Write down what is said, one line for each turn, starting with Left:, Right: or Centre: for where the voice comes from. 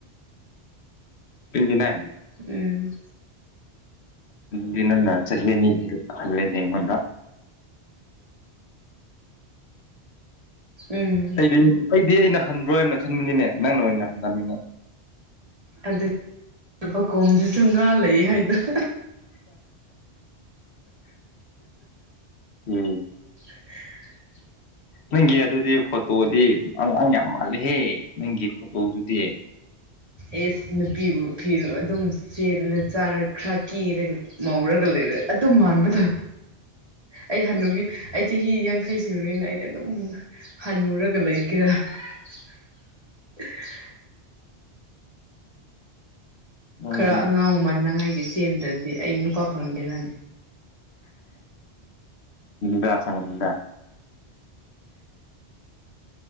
Left: ꯇꯣꯢꯇꯤꯅꯥꯜꯁ
Right: ꯎꯝ
Left: ꯗꯤ ꯅ ꯆꯍꯤꯅꯤ ꯑꯜꯂꯦꯅꯦꯃꯅ
Right: ꯎꯝ
Left: ꯑꯩꯗꯤ ꯑꯩꯗꯤ ꯑꯩꯅ ꯍꯟꯕ꯭ꯔꯣꯅ ꯈꯟꯃꯤꯅꯤꯅꯦ ꯅꯪꯅ ꯑꯣꯏꯅ ꯍꯟꯍꯟꯃꯤꯅꯦ
Right: ꯑꯗꯨ ꯂꯨꯄꯥ ꯀꯣꯝꯗꯨꯁꯨ ꯉꯥ ꯂꯩ ꯍꯥꯏꯗꯅ
Left: ꯎꯝ
Right: <unintelligible>
Left: ꯅꯪꯒꯤ ꯑꯗꯨꯗꯤ ꯐꯣꯇꯣꯗꯤ ꯑꯪꯥꯎ ꯌꯥꯝ ꯃꯥꯜꯂꯦꯍꯦ ꯅꯪꯒꯤ ꯐꯣꯇꯣꯗꯨꯗꯤ
Right: ꯑꯦꯁ ꯅꯨꯄꯤꯕꯨ ꯐꯤꯔꯣ ꯑꯗꯨꯝ ꯆꯦꯜꯂ ꯆꯥꯔ ꯈ꯭ꯔ ꯀꯦꯔꯒ ꯉꯧꯔꯒ ꯂꯩꯔꯦ ꯑꯗꯨꯝ ꯃꯥꯟꯕꯗ ꯑꯩ ꯍꯟ ꯅꯨꯨꯕꯤ ꯑꯩ ꯆꯍꯤ ꯌꯥꯡꯈꯩ ꯁꯨꯔꯦꯅ ꯑꯩ ꯑꯗꯨꯝ ꯍꯟꯅꯨꯔꯒ ꯂꯩꯒꯦꯔꯥ <unintelligible>
Left: ꯅꯪꯗꯤ
Right: ꯈꯔ ꯑꯉꯥꯡ ꯃꯟꯅꯉꯥꯏꯒꯤ ꯁꯦꯝꯗ꯭ꯔꯗꯤ ꯑꯩ ꯅꯨꯄꯥ ꯐꯪꯗꯦꯔꯥꯅꯤ
Left: ꯗ ꯆꯉꯗ